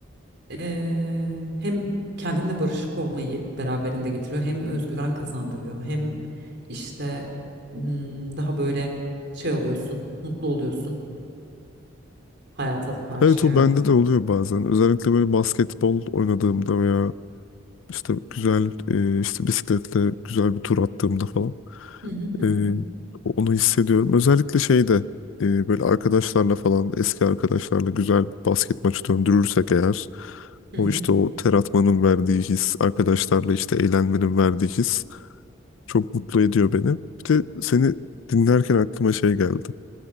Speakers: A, on the right; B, on the left.
A: e, hem kendinle barışık olmayı beraberinde getiriyor hem özgüven kazandırıyor hem işte hmm, daha böyle şey oluyorsun mutlu oluyorsun hayata karşı
B: Evet
A: yani.
B: o bende de oluyor bazen. Özellikle böyle basketbol oynadığımda veya işte güzel e, işte bisikletle güzel bir tur attığımda falan.
A: Hı hı hı hı.
B: Ee, onu hissediyorum. Özellikle şeyde e, böyle arkadaşlarla falan eski arkadaşlarla güzel basket maçı döndürürsek eğer
A: hı
B: o
A: hı.
B: işte o ter atmanın verdiği his, arkadaşlarla işte eğlenmenin verdiği his çok mutlu ediyor beni. Bir de seni dinlerken aklıma şey geldi.